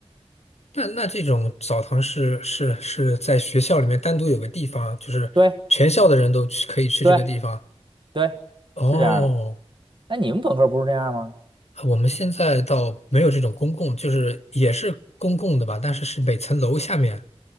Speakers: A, on the left; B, on the right.
A: 那那这种澡堂是是是在学校里面单独有个地方，就是全校的人都去可以去这个地方。
B: 对对对，
A: 哦
B: 是这样的。哎，你们本科不是这样吗？
A: 我们现在倒没有这种公共，就是也是公共的吧，但是是每层楼下面